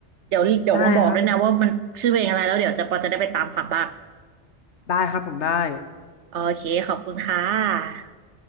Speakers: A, on the right; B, on the left.
A: เดี๋ยวเดี๋ยวมาบอกด้วยนะว่ามันชื่อเพลงอะไรแล้วเดี๋ยวจะปอจะได้ไปตามฟังบ้าง
B: ใช่ครับได้ครับผมได้
A: โอเคขอบคุณค่ะ